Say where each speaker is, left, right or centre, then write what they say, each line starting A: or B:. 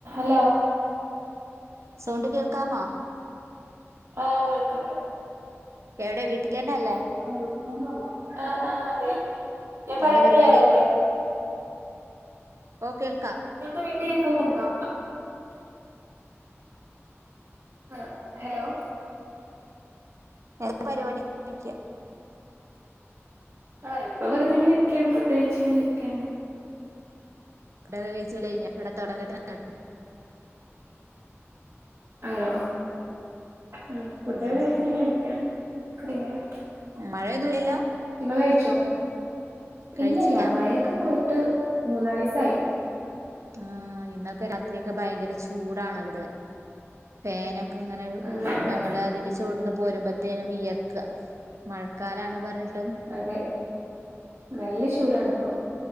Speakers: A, on the right; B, on the right.
A: Hello
B: sound കേൾക്കാമൊ
A: ആഹ് കേൾക്ക്ണ്ട്
B: എവടെ വീട്ടിലന്നെ അല്ലേ
A: വെള്ളം കുടിക്കുന്നത് കൊണ്ട് നന്നാവും ആഹ് ആഹ് കേട്ട് ഞാൻ പറയണ
B: എന്താ പരിപാടി
A: ക്ലിയറല്ലേ.
B: ഓ കേൾക്കാം
A: ഇങ്ങള്ക് റെഡി ആയ അക്കൗണ്ട് ഉണ്ടോ ആ ഹലോ
B: എന്താ പരിപാടി ചോയ്ക്ക
A: ആഹ് ഇപ്പൊ വെറുതെങ്ങനെ ഇരിക്കാണ് ഫുഡഴിച്ച ഇങ്ങനെ ഇരിക്കാണ്
B: ഫുഡ് ഒക്കെ കഴിച്ചൽ കഴിഞ്ഞോ ഇവിടെ തുടങ്ങുന്നേ ഒള്ളു
A: ആണോ ആ ഫുഡൊക്കെ
B: ഉം
A: കഴിച്ച് ഇങ്ങനെ ഇരിക്കാ കഴിഞ്ഞീണ്
B: മഴയൊന്നും ഇല്ലല്ലോ
A: നിങ്ങൾ കഴിച്ചോ
B: കഴിച്ചില്ല
A: ഇല്ലല്ല മഴ ഇക്ക പോയിട്ട് മൂന്നാല് ദിവസായി
B: ആ ഇന്നൊക്കെ രാത്രി ഒക്കെ ഭയങ്കര ചൂടാണ് ഇവിടെ ഫേനൊക്കെ ഇങ്ങനെ
A: ആഹ് അതെ
B: നമ്മള് അതിന്റെ ചൂട്ന്ന് പോരുമ്പത്തേനും വിയർക്ക മഴക്കാലാണ് പറഞ്ഞിട്ട്
A: അതേ നല്ല ചൂടാണി ഇപ്പൊ